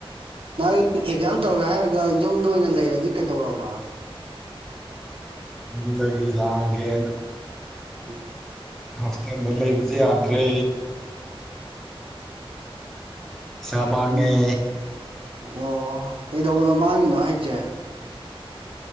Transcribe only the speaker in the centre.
ꯌꯨꯝꯗꯒꯤ ꯂꯥꯛꯑꯒꯦꯅ
ꯍꯣꯁꯇꯦꯜꯗ ꯂꯩꯕꯁꯦ ꯌꯥꯗ꯭ꯔꯦ ꯁꯥꯃꯥꯡꯉꯦ